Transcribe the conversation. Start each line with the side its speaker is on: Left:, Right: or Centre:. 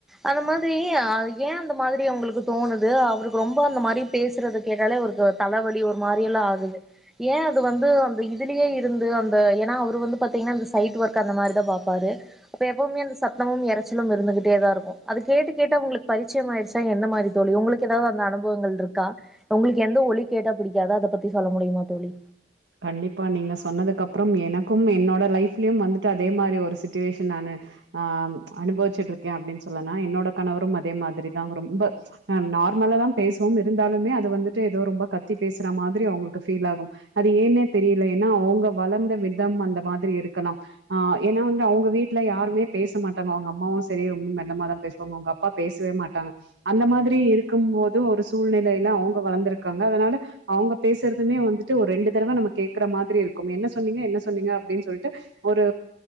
Centre: அந்த மாதிரி அ ஏ அந்த மாதிரி அவுங்களுக்கு தோணுது அவருக்கு ரொம்ப அந்த மாரி பேசுறது கேட்டாலே ஒரு கொ தலவலி ஒரு மாரில்லா ஆகுது ஏ அது வந்து அந்த இதுலயே இருந்து அந் து ஏன்னா அவர் வந்து பாத்தீங்கன்னா அந்த சைட் ஒர்க் அந்த மாரிதா பாப்பாரு அப்ப எப்பவுமே அந் சத்தமும் எறைச்சலும் இருந்துகிட்டேதா இருக்கூ அது கேட்டு கேட்டு அவுங்களுக்கு பரிச்சியமாயிருச்சா எந்த மாரி தோழி உங்களுக்கு எதாவது அந்த அனுபவங்கள் இருக்கா உங்களுக்கு எந்த ஒலி கேட்டா பிடிக்காது அத பத்தி சொல்ல முடியுமா தோழி
Right: கண்டிப்பா நீங்க சொன்னதுக்கு அப்பறம் எனக்கும் என்னோட லைஃப்லயும் வந்துட்டு அதே மாரி ஒரு சிட்டுவேஷன் நானு ஆ அனுபவிச்சிட்டு இருக்கே அப்டின்னு சொல்லா என்னோட கணவரும் அதே மாதிரிதா ரொம்ப அ நார்மலாதா பேசுவோம் இருந்தாலுமே அது வந்துட்டு எதோ ரொம்ப கத்தி பேசுற மாதிரி அவுங்களுக்கு ஃபீல் ஆகும் அது ஏன்னே தெரியல ஏன்னா அவுங்க வளர்ந்த விதம் அந்த மாதிரி இருக்கலாம் ஆ ஏன்னா வந்து அவுங்க வீட்டுல யாருமே பேச மாட்டாங்க அவுங்க அம்மாவு செரி ரொம்ப மெல்லமாதா பேசுவாங்க அவுங்க அப்பா பேசவே மாட்டாங்க அந்த மாதிரி இருக்கும் போது ஒரு சூழ்நிலையில அவுங்க வளர்ந்துருக்காங்க அதனால அவுங்க பேசுறதுமே வந்துட்டு டு ஒரு ரெண்டு தடவ நம்ம கேக்குற மாதிரி இருக்கும் என்ன சொன்னீங்க என்ன சொன்னீங்க அப்டின்னு சொல்லிட்டு ஒரு